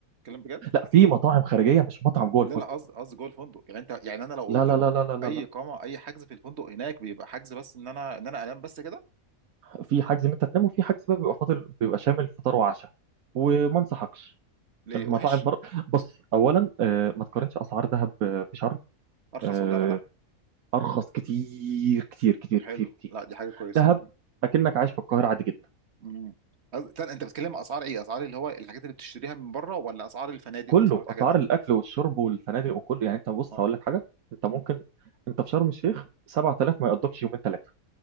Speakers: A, on the right (about 50°); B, on the right (about 80°).
A: كلام بجد
B: لا في مطاعم خارجيه مش مطعم جوه الفندق
A: لا لا قصدي قصدي جوه الفندق يعني انت يعني انا لو
B: لا
A: لو
B: لا لا لا لا لا
A: اي
B: لا
A: اقامه اي حجز في الفندق هناك بيبقى حجز بس ان انا ان انا انام بس كده
B: في حجز ان انت تنام وفي حجز بقى بيبقى فاضل بيبقى شامل فطار وعشاء وما انصحكش
A: ليه
B: المطاعم
A: وحش
B: بر... بص اولا آه، ما تقارنش اسعار دهب آه، بشرم
A: ارخص
B: آه،
A: ولا اغلى
B: ارخص كتير كتير كتير
A: طب حلو
B: كتير كتير
A: لا دي حاجه كويسه
B: دهب اكنك عايش في القاهره عادي جدا
A: مم. قصد- استنى، انت بتتكلم اسعار ايه اسعار اللي هو الحاجات اللي بتشتريها من بره ولا اسعار الفنادق
B: كله
A: واسعار الحاجات
B: اسعار
A: دي
B: الاكل والشرب والفنادق وكله يعني انت بص
A: اه
B: هقول لك حاجه انت ممكن
A: مم.
B: انت في شرم الشيخ 7000 ما يقضكش يومين ثلاثه